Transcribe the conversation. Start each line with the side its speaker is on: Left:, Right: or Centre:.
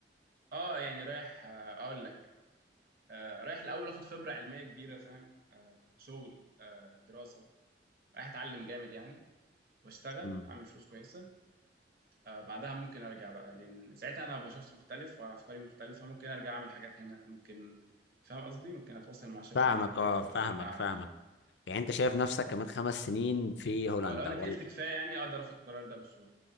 Right: اه يعني رايح آه، اقول لك آه، رايح الاول اخد خبرة علمية كبيرة فاهم آه، شغل آه، دراسة رايح اتعلم جامد يعني واشتغل
Left: امم
Right: اعمل فلوس كويسة آه، بعدها ممكن ارجع بقى لان ساعتها انا ابقى شخص مختلف وافكاري مختلفه ممكن ارجع اعمل حاجات هنا ممكن فاهم قصدي ممكن اتواصل مع شركه
Left: فاهمك
Right: هنا كبيره
Left: اه
Right: وأ-
Left: فاهمك
Right: وارجع عليها
Left: فاهمك يعني انت شايف نفسك كمان خمس سنين في هولندا
Right: اه لو انا
Left: وال...
Right: اتقلت كفايه يعني اقدر اخد القرار ده بسهوله